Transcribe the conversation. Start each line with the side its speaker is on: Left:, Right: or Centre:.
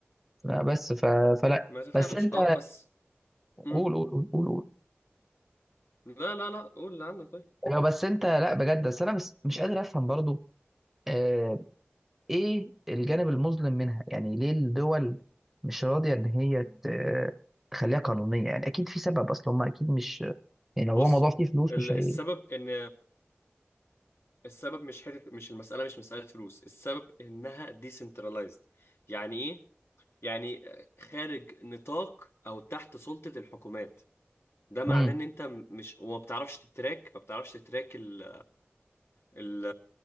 Centre: لا بس ف... فلا
Left: ما تفهمش
Centre: بس انت
Left: أه بس امم
Centre: قول قول قول قول قول.
Left: لا لا لا قول اللي عندك طيب
Centre: ايوه بس انت لا بجد بس انا بس مش قادر افهم برضو آه ايه الجانب المظلم منها يعني ليه الدول مش راضية ان هي ت... تخليها قانونية يعني اكيد في سبب اصل هم اكيد مش يعني
Left: بص
Centre: لو هو موضوع فيه فلوس
Left: ال-
Centre: مش
Left: السبب
Centre: هي
Left: إن السبب مش حتة مش المسألة مش مسألة فلوس السبب إنها ديسنترلايزد يعني إيه؟ يعني خارج نطاق او تحت سلطة الحكومات ده معناه
Centre: مم.
Left: ان انت م- مش وما بتعرفش تتراك ما بتعرفش تتراك ال ال